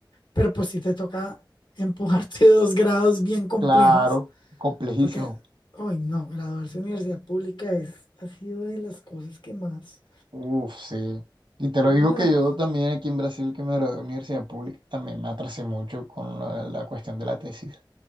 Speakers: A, on the left; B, on the right.
A: Pero pues sí te toca empujarte <laughs> dos grados bien complejos,
B: Claro, complejísimo.
A: porque, hoy no, graduarse en universidad pública es, ha sido de las cosas que más.
B: Uf, sí. Y te lo
A: No,
B: digo que yo también aquí en Brasil, que me gradué de universidad pública, también me atrasé mucho con lo de la cuestión de la tesis.